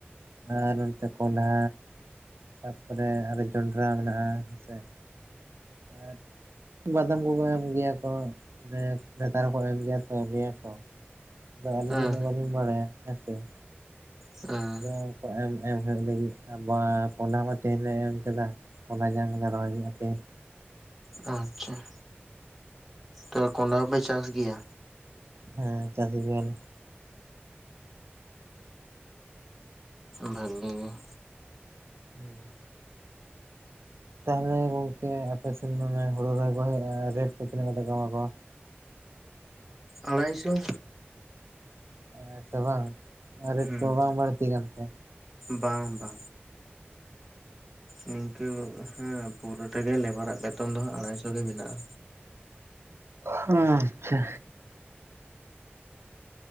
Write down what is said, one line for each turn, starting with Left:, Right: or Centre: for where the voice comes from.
Right: ᱟᱨ ᱚᱱᱛᱮ ᱠᱚᱱᱰᱷᱟ ᱛᱟᱨᱯᱚᱨᱮ ᱟᱨᱚ ᱡᱚᱸᱱᱰᱨᱟ ᱢᱮᱱᱟᱜᱼᱟ ᱦᱮᱸᱥᱮ ᱟᱨ ᱵᱟᱫᱟᱢ ᱠᱚᱠᱚ ᱮᱢ ᱜᱮᱭᱟ ᱠᱚ ᱮ ᱱᱮᱛᱟᱨ ᱦᱚᱸᱠᱚ ᱮᱢ ᱜᱮᱭᱟ ᱛᱚ ᱞᱟᱹᱭ ᱟᱠᱚ ᱾ ᱫᱚ ᱟᱹᱞᱤᱧ
Centre: ᱦᱮᱸ
Right: ᱫᱚ <unintelligible> ᱵᱟᱹᱞᱤᱧ ᱵᱟᱲᱟᱭᱟ ᱦᱮᱸᱥᱮ ᱾
Centre: ᱦᱮᱸ
Right: ᱟᱫᱚ ᱠᱚ ᱮᱢ ᱮᱢ ᱮᱢ ᱦᱩᱭᱩᱜ ᱞᱟᱹᱜᱤᱫ ᱟ ᱵᱟ ᱠᱚᱱᱰᱷᱟ ᱠᱚ ᱛᱮᱦᱮᱱ ᱨᱮ ᱮᱢ ᱠᱮᱫᱟ ᱾ ᱦᱚᱞᱟ ᱡᱟᱝᱞᱮ ᱨᱚᱦᱚᱭ ᱟᱠᱮᱡ
Centre: ᱟᱪᱪᱷᱟ ᱾ ᱛᱚ ᱠᱚᱸᱱᱰᱷᱟ ᱦᱚᱸᱯᱮ ᱪᱟᱥ ᱜᱮᱭᱟ?
Right: ᱦᱮᱸ ᱪᱟᱥ ᱜᱤᱭᱟᱞᱮ ᱾
Centre: ᱵᱷᱟᱜᱤ ᱜᱮ ᱾
Right: <inaudible> ᱛᱟᱦᱞᱮ ᱜᱚᱝᱠᱮ ᱟᱯᱮᱥᱮᱱ ᱢᱟᱱᱮ ᱦᱳᱲᱳ ᱨᱚᱦᱚᱭ ᱠᱚ ᱦᱩᱭᱩᱜ ᱜᱮᱭᱟ ᱨᱮᱴ ᱠᱚ ᱛᱤᱱᱟᱹᱜ ᱠᱟᱛᱮ ᱠᱚ ᱮᱢᱟ ᱠᱚᱣᱟ?
Centre: ᱟᱲᱟᱭ ᱥᱚ ᱾
Right: ᱮ ᱥᱮ ᱵᱟᱝ ᱟᱨ ᱨᱮᱴ
Centre: ᱦᱩᱸ
Right: ᱠᱚᱦᱚᱸ ᱵᱟᱝ ᱵᱟᱲᱛᱤ ᱠᱟᱱ ᱛᱮ?
Centre: ᱵᱟᱝ ᱵᱟ᱾ ᱱᱤᱝᱠᱟᱹ ᱦᱮᱸ ᱯᱩᱨᱟᱹ ᱴᱟ ᱜᱮ ᱞᱮᱵᱟᱨᱟᱜ ᱵᱮᱛᱚᱱ ᱫᱚ ᱦᱟᱸᱜ ᱟᱲᱦᱟᱭ ᱥᱚ ᱜᱮ ᱢᱮᱱᱟᱜ-ᱟ᱾
Right: <inaudible> ᱟᱪᱪᱷᱟ᱾